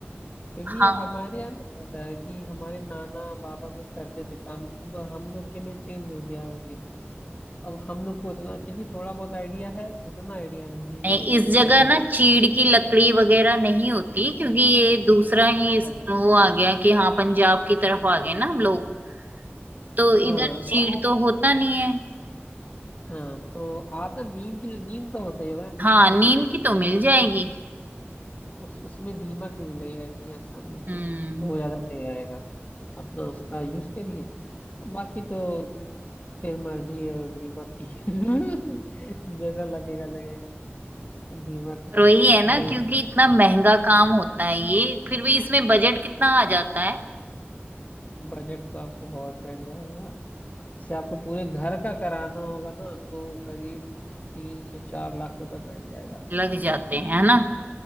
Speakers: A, on the left; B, on the right.
A: क्योंकि
B: हाँ।
A: हमारे यहाँ ना क्या होता है कि हमारे नाना बाबा लोग करते थे काम अब हम लोग के में चेंज हो गया है वो चीज अब हम लोग को उतना फिर भी थोड़ा बहुत आइडिया है उतना आइडिया नहीं
B: नहीं
A: है जी
B: इस
A: हाँ
B: जगह
A: उतना-
B: ना चीड़ की लकड़ी वगैरह नहीं होती क्योंकि ये दूसरा ही इस-
A: हाँ
B: वो आ गया कि हाँ पंजाब की तरफ आ गए ना हम लोग तो
A: हाँ,
B: इधर चीड़
A: तो आप-
B: तो होता नहीं है
A: हाँ तो आप ना नीम की नीम तो होता ही होगा ना,
B: हाँ
A: नीम की लकड़ी
B: नीम
A: का यूज
B: की तो मिल जाएगी
A: उस उसमें दीमक भी नहीं लगेगा इतनी आसानी से
B: हम्म
A: तो वो ज्यादा सही रहेगा अपना उसका यूज करिए बाकी तो फिर मर्जी है दीमक की <laughs> जैसा लगेगा लगेगा तो दीमक
B: पर
A: है
B: वही है
A: कि
B: ना
A: कहीं
B: क्योंकि इतना महंगा काम होता है ये फिर भी इसमें बजट कितना आ जाता है
A: बजट तो आपको बहुत बैठ जाएगा इससे आपको पूरे घर का कराना होगा ना तो करीब तीन से चार लाख रुपए बैठ जाएगा आपका
B: लग जाते हैं है ना